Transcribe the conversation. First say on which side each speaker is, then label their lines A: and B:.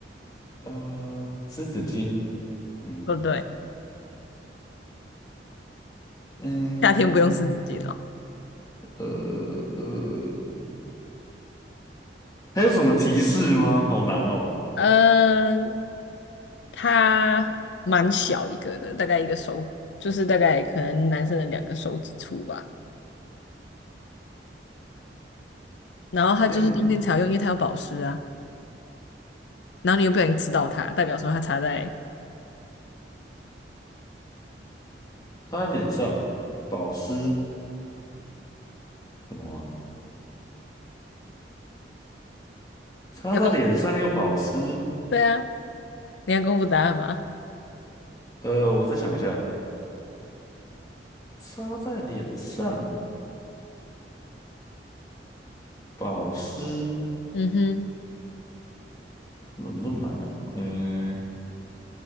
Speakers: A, on the left; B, on the left.
A: 呃，湿纸巾。嗯
B: 不对，
A: 嗯
B: 夏天不用湿纸巾哦。
A: 呃呃，还有什么提示吗？好难哦。
B: 嗯，它蛮小一个的，大概一个手，就是大概可能男生的两个手指粗吧。然后它就是冬天才要用，
A: 亮，
B: 因为它有保湿啊。然后你又不小心吃到它，代表说它擦在
A: 擦在脸上，保湿什么啊擦在脸上又保湿。
B: 要公布，对啊，你要公布答案吗？
A: 呃，我再想一下。擦在脸上，保湿，
B: 嗯哼，
A: 怎么这么难呢、嗯、